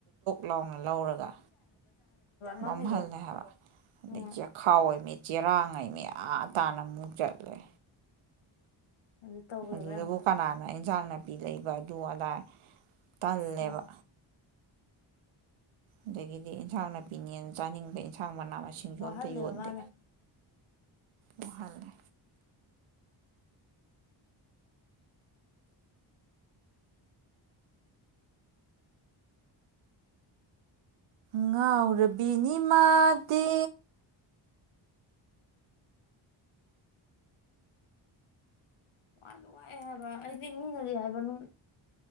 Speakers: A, on the right; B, on the left.
A: ꯅꯧꯅꯥ ꯂꯧꯔꯒ
B: ꯃꯝꯃꯤꯗꯣ
A: ꯃꯝꯍꯜꯂꯦ ꯍꯥꯏꯕ
B: ꯎꯝ
A: ꯆꯦꯈꯥꯎ ꯃꯤ꯫ ꯆꯔꯥꯡꯥꯏ ꯃꯌꯥ꯫ ꯑꯥ ꯇꯥꯅ ꯑꯃꯨꯛ ꯆꯠꯂꯦ꯫
B: ꯑꯗꯨ ꯇꯧꯔꯦꯕ
A: ꯑꯗꯨꯗꯕꯨ
B: ꯌꯥꯝꯅ
A: ꯀꯅꯥꯅ ꯏꯟꯁꯥꯡ ꯫ ꯂꯩꯕ ꯑꯗꯨ ꯑꯗ꯫ ꯇꯜꯂꯦꯕ꯫
B: ꯎꯝ
A: ꯑꯗꯒꯤꯗꯤ ꯏꯟꯁꯥꯡ ꯅꯥꯄꯤꯅꯦꯅ ꯆꯥꯅꯤꯡꯗꯦ ꯏꯟꯁꯥꯡ ꯃꯅꯥ ꯃꯁꯤꯡꯁꯨ
B: ꯋꯥꯍꯜꯂꯦꯕ
A: ꯑꯝꯇ ꯌꯣꯟꯗꯦ꯫
B: ꯃꯥꯅ
A: ꯋꯥꯍꯜꯂꯦ꯫ ꯉꯥꯎꯔꯕꯤꯅꯤ ꯃꯥꯗꯤ꯫
B: ꯋꯥꯁꯨ-ꯋꯥꯑꯦ ꯍꯥꯏꯕ ꯑꯩꯗꯤ ꯃꯤꯅꯗꯤ ꯍꯥꯏꯕ ꯎ